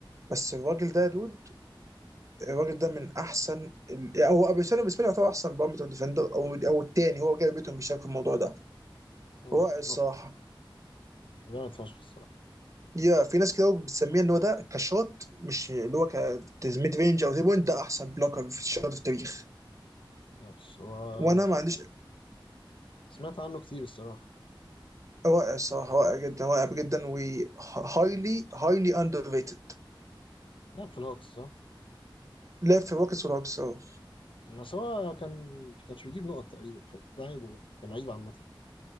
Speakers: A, on the right (about 35°); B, on the left (about 75°).
A: بس الراجل ده يا دود الراجل ده من احسن ال... يعني هو ابو سالم بالنسبه لي يعتبر احسن بارامتر ديفندر او او الثاني هو جاي بيتهم بيشارك في الموضوع ده
B: مم.
A: رائع الصراحه
B: هو هو جامد فشخ الصراحه
A: يا في ناس كده بتسميه ان هو ده كشوت مش اللي هو كميد رينج او تري بوينت ده احسن بلوكر في الشوت في التاريخ
B: نايس هو
A: وانا ما عنديش
B: سمعت عنه كتير الصراحه
A: رائع الصراحه رائع جدا رائع جدا و highly highly underrated
B: لعب في الهوكس صح؟
A: لعب في الروكيتس والهوكس أهو.
B: بس هو كان كانش بيجيب نقط تقريبا فده عيبه يعني كان لعيب عامة